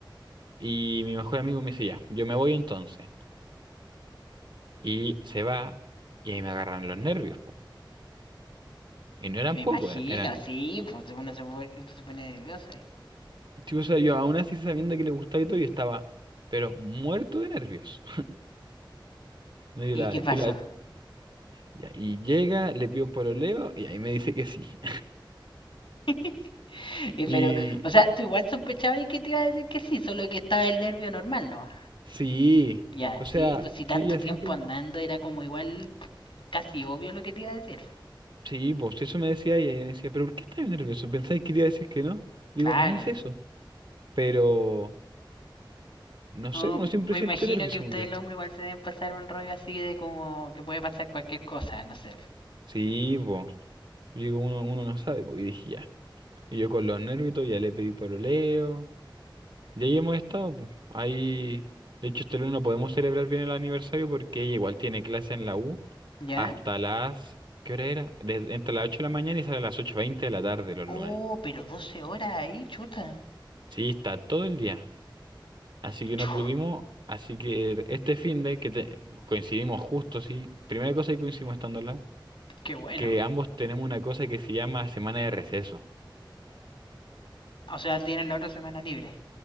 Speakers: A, on the right; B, on the left.
A: Y mi mejor amigo me dice, ya, yo me voy entonces. Y se va y ahí me agarran los nervios, po. Y no eran
B: me
A: pocos,
B: imagino,
A: era- eran...
B: sí, pues uno se, pone- uno se pone nervioso, ¿eh?
A: Tipo, o sea, yo aún así sabiendo que le gustaba y todo, yo estaba, pero muerto de nervios. <laughs> Y
B: ¿Y
A: yo la,
B: qué
A: yo
B: pasó?
A: la, ya, y llega, le pido pololeo y ahí me dice que sí.
B: <laughs>
A: <laughs>
B: Y pero,
A: Y
B: o sea, tú igual sospechabas y que te iba a decir que sí, solo que estaba el nervio normal, ¿no?
A: sí,
B: Ya,
A: o sea,
B: sí, pues si
A: sí,
B: tanto
A: ella
B: tiempo
A: siempre,
B: andando era como igual p- casi obvio lo que te iba a decir.
A: sí, pues sí, eso me decía ella, y ella me decía, pero ¿por qué estás nervioso? ¿Pensáis que te iba a decir que no? Le
B: Claro.
A: digo, no es eso, pero no
B: No,
A: sé, uno siempre
B: me imagino
A: siente nervios,
B: que
A: según
B: ustedes
A: yo.
B: el hombre igual se deben pasar un rollo así de como que puede pasar cualquier cosa, no sé.
A: Sí, po. Y digo, uno, uno no sabe, pues, y dije, ya. Y yo con los nervios y todo, ya le pedí pololeo. Y ahí hemos estado, pues. Ahí, de hecho, este lunes no podemos celebrar bien el aniversario porque ella igual tiene clase en la U
B: ¿Ya?
A: hasta las, ¿qué hora era? Desde, entre las 8 de la mañana y sale a las ocho veinte de la tarde los lunes.
B: Oh, pero 12 horas ahí, chuta.
A: Sí, está todo el día. Así que no
B: Chu,
A: pudimos, así que este fin de que te- coincidimos justo, sí. Primera cosa que coincidimos estando en la U,
B: qué bueno.
A: que ambos tenemos una cosa que se llama semana de receso.
B: O sea, tienen la otra semana libre.